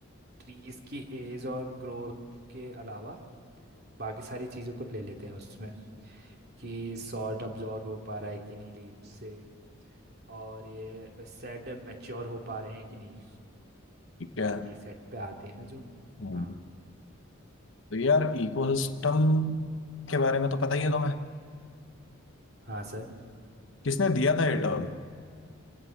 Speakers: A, on the right; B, on the left.
A: ट्रीज की एज और ग्रोथ के अलावा बाकी सारी चीज़ों को ले लेते हैं उसमें कि सॉल्ट अब्जॉर्ब हो पा रहा है कि नहीं लीफ से और ये सेड मैच्योर हो पा रहे हैं कि नहीं
B: ठीक है
A: बाकी सेट पे आते हैं ना जो
B: हम्म।
A: हाँ
B: तो यार इकोसिस्टम के बारे में तो पता ही है तुम्हें
A: हाँ सर
B: किसने दिया था ये टर्म